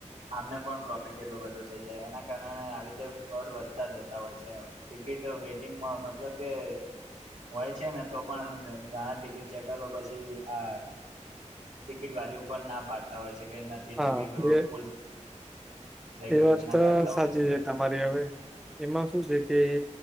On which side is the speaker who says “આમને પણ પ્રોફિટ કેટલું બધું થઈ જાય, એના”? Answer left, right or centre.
Right